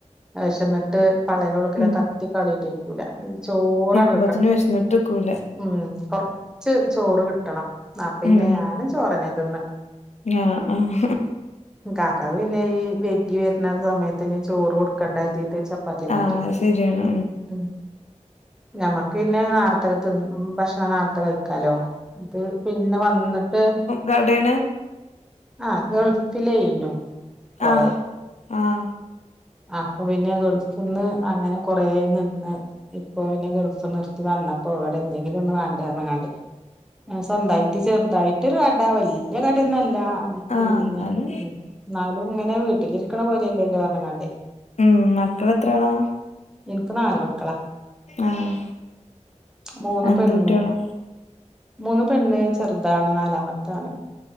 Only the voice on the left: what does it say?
ഉം
വുമ്പത്തിന് വെശന്നിട്ട്ക്കൂല.
ഉം
ആഹ് ആഹ്
ആഹ് ശരിയാണ്
കടേന്ന്
ആഹ് ആഹ്
ആഹ്
എന്നാലും
ഉം മക്കള് എത്രാളാ.
ആഹ്
എന്ത്
കുട്ടികളാ